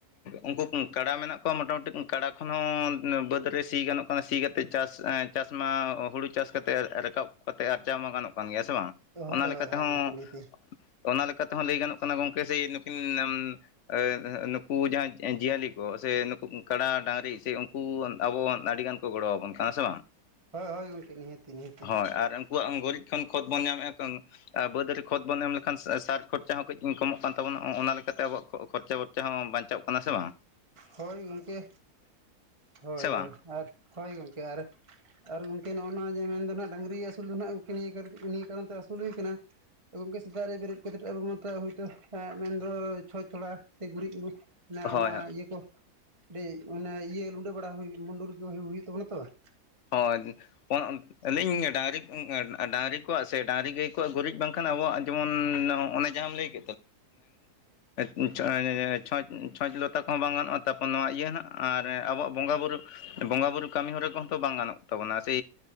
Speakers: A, on the left; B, on the right.
A: ᱩᱱᱠᱩ ᱠᱩᱱ ᱛᱟᱲᱟᱢ ᱢᱮᱱᱟ ᱠᱚ ᱢᱚᱴᱟ ᱢᱩᱴᱤᱢ ᱠᱟᱰᱟ ᱠᱚᱦᱚᱸ ᱚᱱᱮ ᱵᱟᱹᱫᱽ ᱨᱮ ᱥᱤ ᱜᱟᱱᱚᱜ ᱠᱟᱱᱟ ᱥᱤ ᱠᱟᱛᱮᱜ ᱪᱟᱥ ᱪᱟᱥᱢᱟ ᱦᱩᱲᱩ ᱪᱟᱥ ᱠᱟᱛᱮ ᱨᱟᱠᱟᱵ ᱠᱟᱛᱮ ᱟᱨᱡᱟᱣ ᱢᱟ ᱜᱟᱱᱚᱜ ᱠᱟᱱ ᱜᱮᱭᱟ ᱥᱮ ᱵᱟᱝ
B: ᱦᱳᱭ
A: ᱚᱱᱟ ᱞᱮᱠᱟ
B: ᱦᱳᱭ ᱦᱳᱭ
A: ᱛᱮᱦᱚᱸ
B: ᱜᱚᱝᱠᱮ
A: ᱾
B: ᱱᱤᱦᱟᱹᱛᱤ
A: ᱚᱱᱟ ᱞᱮᱠᱟ ᱛᱮᱦᱚᱸ ᱞᱟᱹᱭ ᱜᱟᱱᱚᱜ ᱠᱟᱱᱟ ᱜᱚᱝᱠᱮ ᱡᱮ ᱱᱩᱠᱤᱱ ᱾ ᱱᱩᱠᱩ ᱡᱟᱦᱟᱸ ᱡᱤᱭᱟᱹᱞᱤ ᱠᱚ ᱥᱮ ᱱᱩ ᱠᱟᱰᱟ ᱰᱟᱝᱨᱤ ᱥᱮ ᱾ ᱟᱵᱚ ᱟᱹᱰᱤᱜᱟᱱ ᱠᱚ ᱜᱚᱲᱚ ᱟᱵᱚᱱ ᱠᱟᱱᱟ ᱥᱮ ᱵᱟᱝ ᱾
B: ᱦᱳᱭ ᱦᱳ ᱜᱚᱢᱠᱮ ᱱᱤᱦᱟᱹᱛᱤ ᱱᱤᱦᱟᱹᱛᱤ ᱾
A: ᱦᱳᱭ ᱟᱨ ᱱᱩᱠᱩᱣᱟᱜ ᱜᱩᱨᱤᱡ ᱠᱷᱚᱱ ᱠᱷᱚᱛ ᱵᱚᱱ ᱧᱟᱢᱮᱫᱼᱟ ᱵᱟᱹᱫ ᱨᱮ ᱠᱷᱚᱛ ᱵᱚᱱ ᱮᱢ ᱞᱮᱠᱷᱟᱱ ᱥᱟᱨ ᱠᱷᱚᱨᱪᱟ ᱦᱚᱸ ᱠᱟᱹᱡ ᱠᱚᱢᱚᱜ ᱠᱟᱱᱟ ᱾ ᱠᱟᱱ ᱛᱟᱵᱚᱱᱟ ᱚᱱᱟ ᱞᱮᱠᱟᱛᱮ ᱟᱵᱚᱣᱟᱜ ᱠᱷᱚᱨᱪᱟᱵᱚᱨᱪᱟ ᱦᱚᱸ ᱵᱟᱧᱪᱟᱜ ᱠᱟᱱᱟ ᱥᱮ ᱵᱟᱝ ᱾
B: ᱦᱳᱭ ᱜᱚᱢᱠᱮ ᱦᱳᱭ
A: ᱥᱮ ᱵᱟᱝ
B: ᱦᱳᱭ ᱟᱨ ᱦᱳᱭ ᱜᱚᱢᱠᱮ ᱟᱨ ᱟᱨ ᱜᱚᱢᱠᱮ ᱱᱚᱜᱼᱚᱭ ᱡᱮ ᱢᱮᱱᱫᱚ ᱦᱟᱸᱜ ᱰᱟᱝᱨᱤ ᱟᱹᱥᱩᱞ ᱫᱚ ᱦᱟᱸᱜ ᱱᱤᱭᱟᱹ ᱱᱤᱭᱟᱹ ᱠᱟᱨᱚᱱ ᱛᱮ ᱟᱹᱥᱩᱞ ᱦᱩᱭ ᱠᱟᱱᱟ ᱾ ᱜᱚᱝᱠᱮ ᱥᱮᱛᱟᱜ ᱨᱮ ᱵᱮᱨᱮᱫ ᱠᱟᱛᱮᱜ ᱟᱵᱚ ᱦᱳᱭᱛᱳ ᱢᱮᱱᱫᱚ ᱪᱷᱚᱪ ᱪᱷᱚᱲᱟ ᱥᱮ ᱜᱩᱨᱤᱡ ᱾ ᱮ
A: ᱦᱳᱭ
B: ᱚᱱᱟ
A: ᱦᱳᱭ
B: ᱤᱭᱟᱹ ᱠᱚ ᱟᱹᱰᱤ ᱚᱱᱮ ᱤᱭᱟᱹ ᱞᱩᱸᱰᱟᱹ ᱵᱟᱲᱟ ᱦᱩᱭ ᱢᱩᱰᱩᱨ ᱦᱩᱭᱩᱜ ᱛᱟᱵᱚᱱᱟ ᱛᱚ ᱾
A: <inaudible> ᱟᱹᱞᱤᱧ ᱰᱟᱝᱨᱤ ᱰᱟᱝᱨᱤ ᱠᱚᱣᱟᱜ ᱥᱮ ᱰᱟᱝᱨᱤ ᱜᱟᱹᱭ ᱠᱚᱣᱟᱜ ᱜᱩᱨᱤᱡ ᱵᱟᱝᱠᱷᱟᱱ ᱟᱵᱚᱣᱟᱜ ᱡᱮᱢᱚᱱ ᱚᱱᱮ ᱡᱟᱦᱟᱸ ᱞᱟᱹᱭ ᱾ <unintelligible> ᱪᱷᱚᱸᱪ ᱪᱷᱚᱸᱪ ᱞᱚᱛᱟ ᱠᱚᱦᱚᱸ ᱵᱟᱝ ᱜᱟᱱᱚᱜᱼᱟ ᱛᱟᱯᱚᱨ ᱱᱚᱣᱟ ᱤᱭᱟᱹ ᱱᱟᱦᱟᱜ ᱟᱨ ᱟᱵᱚᱣᱟᱜ ᱵᱚᱸᱜᱟᱼ ᱵᱩᱨᱩ ᱾ ᱵᱚᱸᱜᱟ ᱵᱩᱨᱩ ᱠᱟᱹᱢᱤ ᱦᱚᱨᱟ ᱠᱚ ᱾ ᱵᱟᱝ ᱜᱟᱱᱚᱜ ᱛᱟᱵᱚᱱᱟ ᱥᱮ